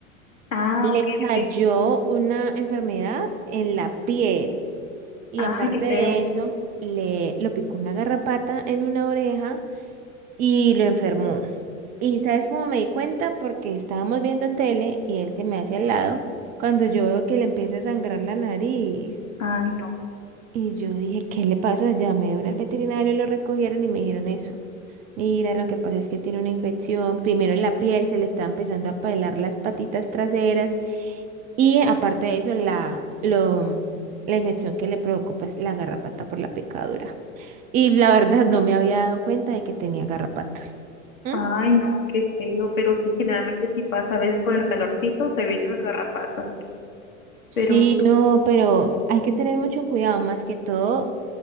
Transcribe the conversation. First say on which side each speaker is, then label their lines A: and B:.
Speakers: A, on the left; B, on the right.
A: Ah,
B: Le
A: ok,
B: cayó
A: ok.
B: una enfermedad en la piel y
A: Ay,
B: aparte
A: qué
B: de
A: feo.
B: eso, le lo picó una garrapata en una oreja y lo enfermó. Y sabes cómo me di cuenta porque estábamos viendo tele y él se me hace al lado cuando yo veo que le empieza a sangrar la nariz.
A: Ay, no.
B: Y yo dije, ¿qué le pasó? Llamé a un al veterinario, lo recogieron y me dijeron eso. Mira, lo que pasa es que tiene una infección, primero en la piel, se le está empezando a pelar las patitas traseras y aparte de eso, la, lo, la infección que le provocó pues la garrapata por la picadura. Y la verdad no me había dado cuenta de que tenía garrapatas. ¿Mm?
A: Ay, no, qué feo. Pero sí, generalmente sí pasa. A veces con el calorcito se vienen las garrapatas.
B: Sí,
A: Pero, sí.
B: no, pero hay que tener mucho cuidado, más que todo,